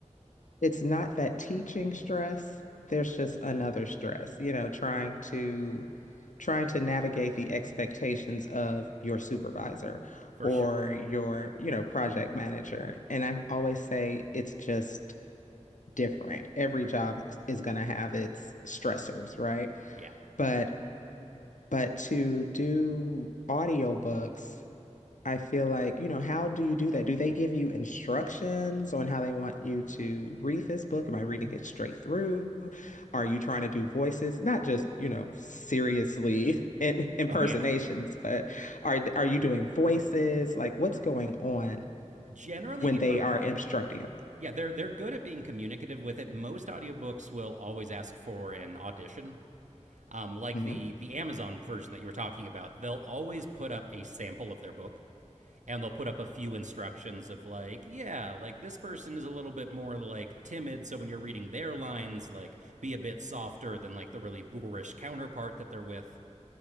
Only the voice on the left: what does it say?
it's not that teaching stress, there's just another stress, you know, trying to trying to navigate the expectations of your supervisor
or
your, you know, project manager. And I always say it's just different. Every job is going to have its stressors, right?
But but to do audiobooks I feel like, you know, how do you do that? Do they give you instructions on how they want you to read this book? Am I reading it straight through? Are you trying to do voices? Not just, you know, seriously <laughs> in, impersonations,
but are are you doing voices? Like what's going on
when
they
are instructing
you? Mhm.